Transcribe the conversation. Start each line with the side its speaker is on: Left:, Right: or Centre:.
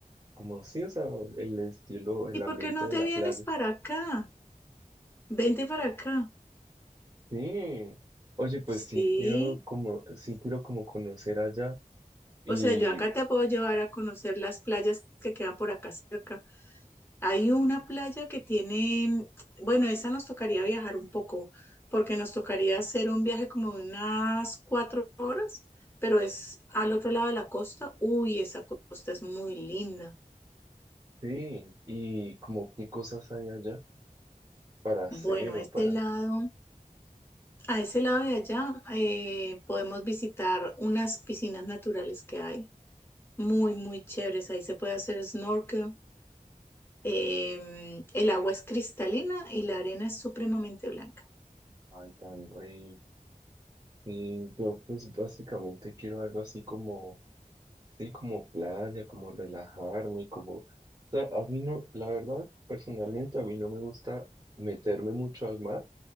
Right: como sí, o sea, el estilo, el
Left: ¿Y por
Right: ambiente
Left: qué no
Right: de
Left: te
Right: la
Left: vienes
Right: playa.
Left: para acá? Vente para acá.
Right: Sí. Oye, pues
Left: Sí,
Right: sí quiero como, sí quiero como conocer allá y
Left: o sea, yo acá te puedo llevar a conocer las playas que quedan por acá cerca. Hay una playa que tiene, bueno, esa nos tocaría viajar un poco, porque nos tocaría hacer
Right: sí,
Left: un viaje como de unas cuatro horas, pero es al otro lado de la costa. Uy, esa costa es muy linda.
Right: sí, y como qué cosas hay allá para hacer
Left: Bueno, a
Right: o
Left: este
Right: para.
Left: lado. A ese lado de allá eh, podemos visitar unas piscinas naturales que hay, muy, muy chéveres. Ahí se puede hacer snorkel. Em, el agua es cristalina y la arena es supremamente blanca.
Right: Ay, tan rico. Y yo pues básicamente quiero algo así como, sí, como playa, como relajarme, como, o sea, a mí no, la verdad, personalmente a mí no me gusta meterme mucho al mar,